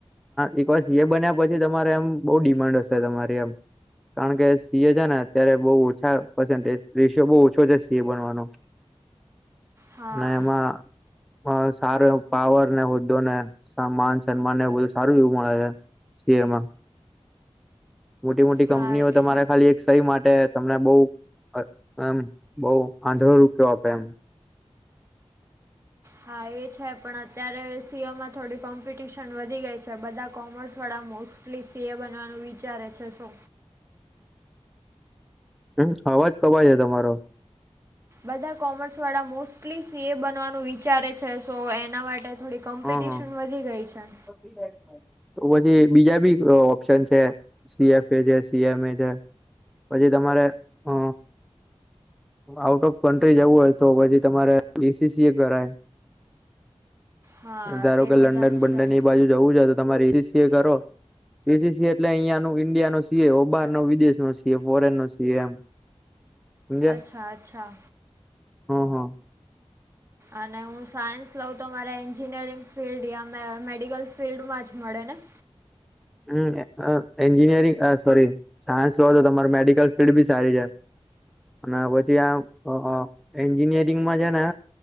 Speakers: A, in the centre; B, on the right.
A: એક વાર સી એ બન્યા પછી તમારે એમ બહુ ડિમાન્ડ હશે તમારી એમ કારણ કે સિ એ છે ને અત્યારે બો ઓછા <unintelligible> રેષિયો બો ઓછો છે સી એ બનવાનો
B: હા
A: ને એમાં હ સારો એવો પાવર ને હોદ્દો ને માન સન્માન ને એવુ બધું સારું એવું મળે છે. સી એ માં મોટી મોટી
B: હા
A: કંપનીઓ તમારા
B: એ-
A: ખાલી સહી માટે તમને બહું એમ બહું આંધળો રૂપિયો આપે એમ.
B: હા એ છે પણ અત્યારે સીઓમાં થોડી કોમ્પિટિશન વધી ગઈ છે બધા કોમર્સ વાળા મોસ્ટલી સી એ બનવાનું વિચારે છે શો
A: હમ અવાજ કપાય છે તમારો
B: બધા કોમર્સ વાળા મોસ્ટલી સી એ બનવાનું વિચારે છે સો એના માટે થોડી કોમ્પિટિશન
A: હા હા
B: વધી ગઈ છે.
A: તો પછી બીજા બી ઓપ્શન છે. સીએફ એ છે સીએમ એ છે પછી તમારે અ આઉટ ઓફ કન્ટ્રી જવું હોય તો પછી તમારે એસીસી એ કરાય.
B: હા
A: ધારો
B: એ
A: કે
B: બધા
A: લંડન
B: જ
A: બંડન
B: છે
A: એ બાજુ વું તમાસીસી કરો પસીસી એટલે અહિયાયાનું ઇન્ડિયા સી એ બહાર નો વિદેશ નો છીએ ફોરેન નો સી એમ. સમજ્યા
B: અચ્છા અચ્છા.
A: હા હા.
B: અને હું સાયન્સ લઉં તો મારે એન્જિનિયરિંગ ફિલ્ડ મે મેડિકલ ફિલ્ડમાં જ મળે ને?
A: હમ એન્જનીરીંગ આ સોરી સાયન્સ જો તો તમારે મેડિકલ ફિલ્ડ બી સારી છે. અને પછી આ એન્જિનિયરિંગમાં છે ને